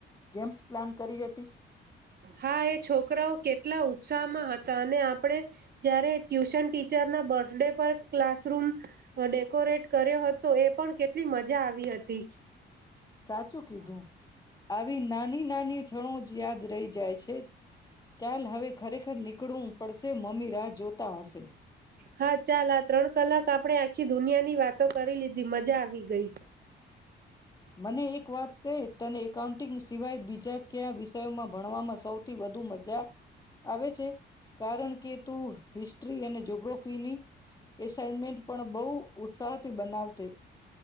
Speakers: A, on the left; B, on the right.
A: ગેમ પ્લાન કરી હતી.
B: હા એ છોકરાઓ કેટલા ઉત્સાહમાં હતા અને આપણે જયારે ટ્યુશન ટીચરના બર્થડે પર ક્લાસરૂમ ડેકોરેટ કર્યો હતો એ પણ કેટલી મજા આવી હતી.
A: સાચું કીધું આવી નાની નાની. ખ. યાદ રહી જાય છે. ચાલ હવે ખરેખર નીકળવું પડશે મમ્મી રાહ જોતા હશે.
B: હા ચાલ આ ત્રણ કલાક આપણે આખી દુનિયાની વાતો કરી લીધી મજા આવી ગઈ.
A: મને એક વાત ક તને એકાઉન્ટિંગ સિવાય બીજા કયા વિષયોમાં ભણવામાં સૌથી વધુ મજા આવે છે કારણ કે તું હિસ્ટસ્ટ્રી અને જગ્રફીની. એસાઇનમેન્ટ પણ બહુ ઉત્સાહ. બનાવતે.